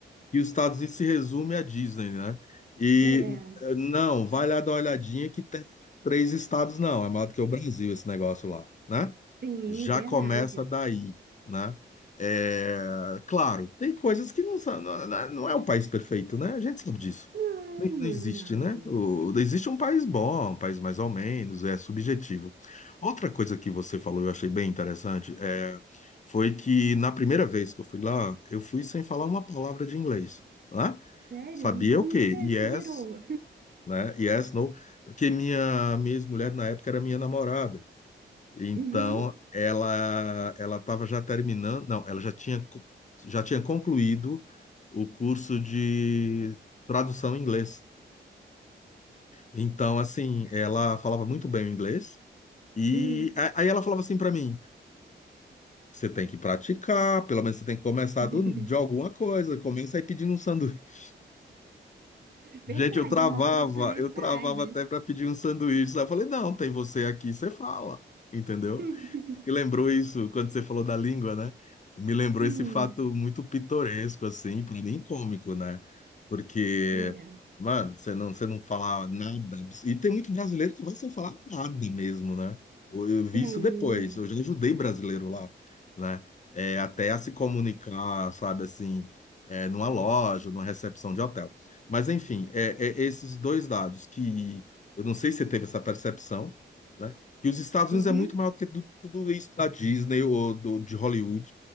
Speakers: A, on the left; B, on the right.
A: que os Estados Unidos se resume à Disney, né? E
B: é,
A: eh, não, vai lá dar uma olhadinha que tem três estados, não. É maior do que o Brasil esse negócio lá, né?
B: sim,
A: já
B: verdade.
A: começa daí, né? É, claro, tem coisas que não são, não, não é, não é o país perfeito, né? A gente sabe disso.
B: Não,
A: Não, não existe,
B: não,
A: né?
B: não.
A: O, existe um país bom, um país mais ou menos, é subjetivo. Outra coisa que você falou, eu achei bem interessante, é, foi que na primeira vez que eu fui lá, eu fui sem falar uma palavra de inglês, né?
B: Sério?
A: Sabia
B: E como
A: o quê?
B: que você
A: Yes,
B: se virou?
A: né? Yes, no, porque minha, minha ex-mulher na época era minha namorada. Então,
B: Uhum,
A: ela ela estava já terminando, não, ela já tinha co- já tinha concluído o curso de tradução em inglês. Então, assim, ela falava muito bem o inglês e
B: hum.
A: a- aí ela falava assim para mim: "Você tem que praticar, pelo menos você tem que começar
B: <laughs>
A: do- de alguma coisa, começa aí pedindo um sanduíche". <laughs>
B: Verdade,
A: Gente, eu travava,
B: é uma oportunidade.
A: eu travava até para pedir um sanduíche. Aí eu falei: "Não, tem você aqui, você fala". Entendeu?
B: <laughs>
A: Me lembrou isso quando você falou da língua, né? Me lembrou
B: Sim,
A: esse fato muito pitoresco, assim, pra mim cômico, né? Porque,
B: é,
A: mano, você não, você não fala nada. E tem muito brasileiro que vai sem falar nada mesmo, né? Eu, eu vi
B: tem,
A: isso depois.
B: é.
A: Eu já ajudei brasileiro lá, né? É, até a se comunicar, sabe, assim, é, numa loja, numa recepção de hotel. Mas, enfim, é, é esses dois dados que eu não sei se você teve essa percepção. né? que os Estados
B: Uhum.
A: Unidos é muito maior do que du- tudo isso da Disney ou do, de Hollywood,